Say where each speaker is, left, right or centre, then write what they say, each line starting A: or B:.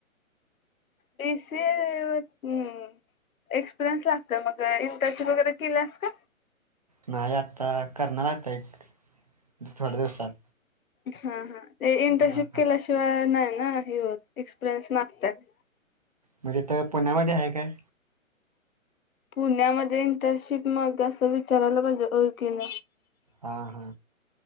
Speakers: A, on the left (about 80°); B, on the right (about 30°).
A: बी सी ए व हम्. एक्सपिरियन्स लागतो मग, इंटर्शिप वगैरे केलियेस का?
B: नाही आत्ता करणार आता एक थोड्या दिवसात.
A: हां हां ते इंटर्नशिप
B: हा हा
A: केल्याशिवाय नाही ना हे होत एक्सपिरियन्स मागतात.
B: म्हणजे तर पुण्यामध्ये आहे काय?
A: पुण्यामध्ये इंटर्नशिप मग असं विचारायला पाहिजे ओळखीन.
B: हा हा